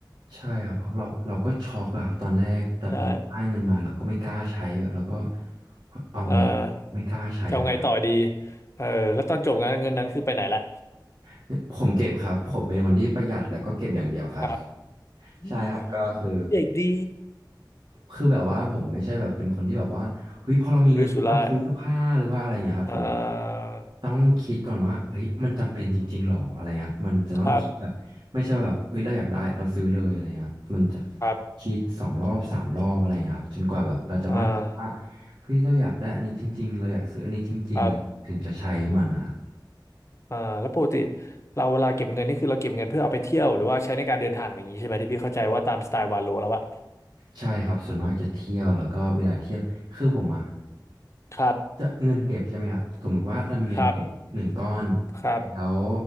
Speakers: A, on the right; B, on the left.
A: ใช่ครับเพราะเราเราก็ช็อกอะครับตอนแรกแต่พอเราได้เงินมาเราก็ไม่กล้าใช้แบบเราก็
B: <laughs> ใช่
A: เอาไง
B: เออ
A: ไม่กล้าใช้ว่ะ
B: จะเอาไงต่อดีเออแล้วตอนจบงานเงินนั้นคือไปไหนละ
A: เนี่ยผมเก็บครับผมเป็นคนที่ประหยัดแล้วก็เก็บอย่างเดียวครับ
B: ครับ ดี
A: ใช่ครับก็คือ
B: เด็กดี
A: คือแบบว่าผมไม่ใช่แบบเป็นคนที่แบบว่าเฮ้ยพอเรามีเงินปุ๊บเราซื้อเสื้อผ้าหรือว่าอะไรเงี้ยครับผมจะ
B: สุรุ่ยสุร่ายอ่า
A: ต้องคิดก่อนว่าเฮ้ยมันจำเป็นจริงๆหรออะไรเงี้ยครับมันจะต้องคิดแบบไม่ใช่ว่าแบบเฮ้ยเราอยากได้เราซื้อเลยอะไรเงี้ยครับมันจะ
B: ครับครับ
A: คิดสองรอบสามรอบอะไรเงี้ยครับจนกว่าแบบเราจะมั่นใจว่า
B: อ่า
A: เฮ้ยเราอยากได้อันนี้จริงๆเราอยากซื้ออันนี้จริงๆอะไรถึงจะใช้มันนะครับ
B: ครับอ่าแล้วปกติเราเวลาเก็บเงินนี่คือเราเก็บเงินเพื่อเอาไปเที่ยวหรือว่าใช้ในการเดินทางอะไรอย่างนี้ใช่ไหมที่พี่เข้าใจว่าตามสไตล์วาโลแล้วอะ
A: ใช่ครับส่วนมากจะเที่ยวแล้วก็เวลาเที่ยวคือผมอะ
B: ครับ
A: จะเงินเก็บใช่ไหมครับสมมุติว่าเรามีเงินเก็บหนึ่งก้อน
B: ครับครับ
A: แล้ว